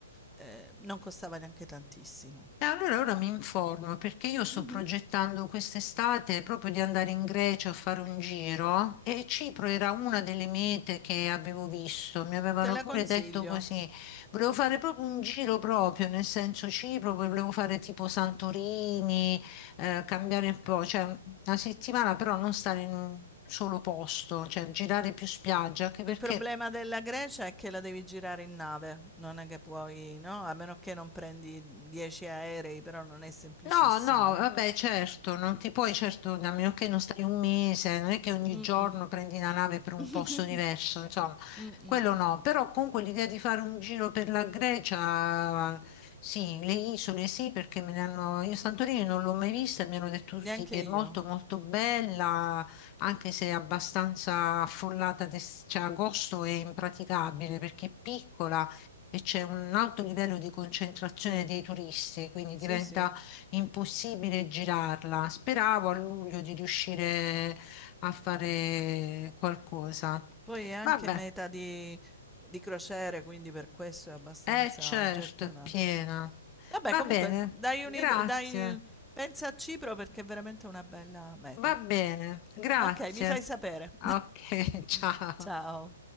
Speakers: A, in the centre; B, on the left (about 30°).
A: eh, non costava neanche tantissimo.
B: E Allora ora mi informo perché io sto
A: Mhm,
B: progettando quest'estate proprio di andare in Grecia a fare un giro e Cipro era una delle mete che avevo visto, mi avevano
A: Te la
B: pure
A: consiglio.
B: detto così. Volevo fare proprio un giro proprio, nel senso Cipro, poi volevo fare tipo Santorini, eh, cambiare un po', cioè una settimana però non stare in un solo posto, cioè girare più spiaggia, anche perché
A: Il problema della Grecia è che la devi girare in nave, non è che puoi, no? A meno che non prendi 10 aerei, però non è semplicissimo,
B: No, no, vabbè,
A: no?
B: certo, non ti puoi, certo, a meno che non stai un mese, non è che ogni
A: Mm,
B: giorno prendi la nave per un
A: mm.
B: posto diverso,
A: <laughs>
B: insomma,
A: Mm,
B: quello
A: mm,
B: no,
A: mm.
B: però comunque l'idea di fare un giro per la Grecia, sì, le isole sì, perché me ne hanno, io Santorini non l'ho mai vista, e mi hanno detto tutti
A: <laughs> Neanche
B: che
A: io.
B: è molto molto bella, anche se è abbastanza affollata, d'es- cioè agosto è impraticabile perché è piccola e c'è un alto livello di concentrazione
A: Sì,
B: dei turisti, quindi
A: sì,
B: diventa
A: sì.
B: è impossibile girarla. Speravo a luglio di riuscire a fare qualcosa.
A: Poi è anche
B: Vabbè,
A: meta di, di crociere, quindi per questo è abbastanza
B: è certo,
A: gettonata.
B: è piena.
A: Vabbè,
B: Va
A: comunque,
B: bene,
A: dai,
B: grazie.
A: un'ide- dai, pensa a Cipro perché è veramente una bella meta.
B: Va bene, grazie.
A: Ok, mi fai sapere.
B: Ok, <laughs> ciao.
A: <laughs> Ciao.